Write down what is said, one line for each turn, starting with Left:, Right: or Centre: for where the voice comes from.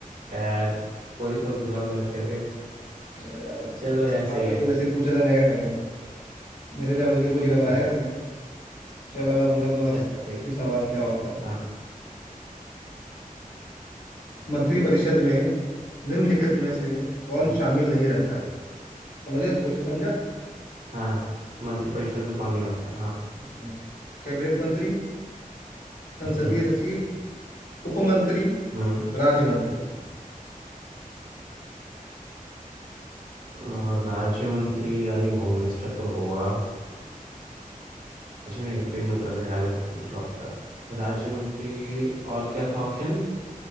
Right: यार कोई तो जवाब गलत कर दे
Left: अरे यार अब
Right: चलो यार
Left: सवाल
Right: सही
Left: तो
Right: है
Left: तू वैसे ही पूछ रहा है मैं क्या करूं मेरे लेवल के पूछेगा तो
Right: ठीक
Left: आएगा
Right: है
Left: सही चलो मैं पूछता हूं तो
Right: चल
Left: अस,
Right: ठीक
Left: असली सवाल क्या होता है
Right: हाँ
Left: मंत्री परिषद में निम्नलिखित में से कौन
Right: हाँ
Left: शामिल नहीं रहता है समझ गया क्वेश्चन समझा
Right: हाँ हाँ। मंत्रिपरिषद में कौन नहीं होता हाँ
Left: हम्म। कैबिनेट मंत्री संसदीय
Right: हम्म
Left: सचिव उप मंत्री
Right: हम्म
Left: राज्य मंत्री
Right: और राज्य मंत्री यानी होम मिनिस्टर तो होगा राज्य में नहीं गृह मंत्रालय राज्य मंत्री से कुछ और होता है राज्य मंत्री और क्या था ऑप्शन